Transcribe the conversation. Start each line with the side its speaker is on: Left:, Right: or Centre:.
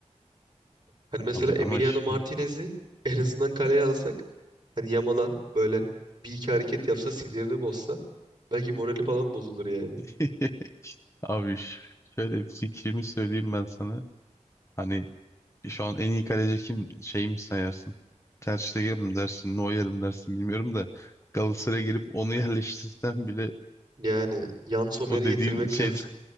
Right: Hani mesela
Left: Abi
Right: Emiliano
Left: ama ş-
Right: Martinez'i <laughs> en azından kaleye alsak hani Yamal'a böyle bir iki hareket yapsa sinirini bozsa belki morali falan bozulur yani.
Left: <laughs> abi ş- şöyle bir fikrimi söyleyeyim ben sana. Hani şu an en iyi kaleci kim şey mi sayarsın? Ter Stegen mi dersin, Neuer mi dersin bilmiyorum da Galatasaray'a gelip onu yerleştirsem bile
Right: Yani Yan Sommer'i
Left: o dediğin
Right: getirmek
Left: şeyden
Right: <laughs> lazım.